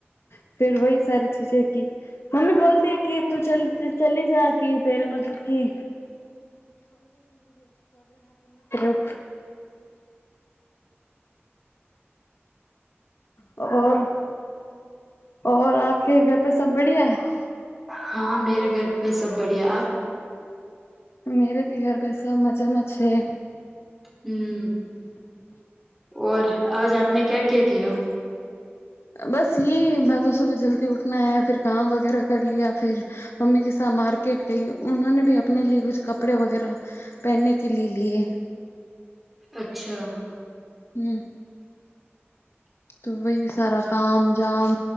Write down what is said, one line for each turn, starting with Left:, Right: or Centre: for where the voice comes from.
Left: <unintelligible> મમ્મી બોલતી હૈ કિ તું ચલ તુ ચલી જાતિ હૈ કિ <unintelligible> <unintelligible> ઓર ઓર આપકે ઘર પે સબ બધિયા હૈ?
Centre: હા મેરે ઘર પે સબ બઢિયા આપ
Left: મેરે ભી ઘર પે સબ મજે મેછે
Centre: હમ ઓર આજ આપને ક્યાં ક્યાં કિયા?
Left: બસ યેહી સુબહ્ જલ્દી ઉઠના હૈ ફિર કામ વગેરા કર લીયા ફિર મમ્મી કે સાથ થા માર્કેટ ગઈ ઊંહો ને ભી આપને લિયે કુછ કપડે વગેરા પેહને કે લિયે લિયે હૈં
Centre: અચ્છા
Left: હમ તો વહી સારા કામ જામ